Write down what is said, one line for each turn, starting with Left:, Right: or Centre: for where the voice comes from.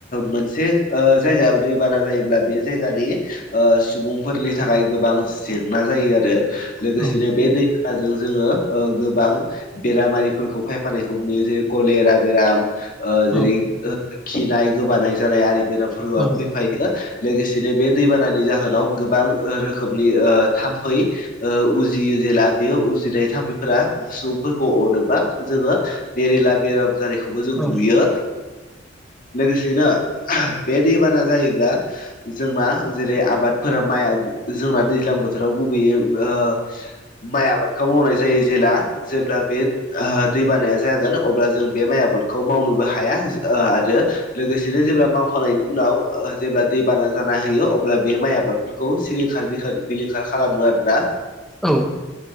Left: मोनसे ओ जायगायाव दैबाना जायोब्ला बे जायगानि ओ सुबुंफोरनि थाखाय गोबां जेंना जायो आरो लोगोसेनो
Centre: औ
Left: बे दै जों जोङो गोबां बेरामारिफोरखौ फायफानायखौ नुयो जेरै कलेरा बेराम ओ जेरै
Centre: औ
Left: खिनाय गोबानाय जानाय आरि बेरामफोरबो
Centre: औ
Left: फैफायो लोगोसेनो बे दैबानानि जाहोनाव गोबां रोखोमनि ओ थाम्फै ओ उजियो जेला बे उजिनाय थाम्फबिफोरा सुबुंफोरखौ अरोबा जोङो बेरेला बेराम जानायखौबो जों नुयो
Centre: औ
Left: लोगोसेनो बे दैबाना जायोब्ला जोंना जेरै आबादफोरा माइया जोंना दैज्लां बोथोराव गुबैयै ओ माइ आबादखौ मावनाय जायो जेला जेब्ला बे ओ दै बानाया जागोन अब्ला जों बे माइ आबाद खौ मावनोबो हाया ओ आरो लोगोसेनो जेब्ला मावखानाय उनाव जेब्ला दैबाना जाना होयो अब्ला बे माइ आबाद खौ सिलिंखार बिलिंखार खालामो आरोना
Centre: औ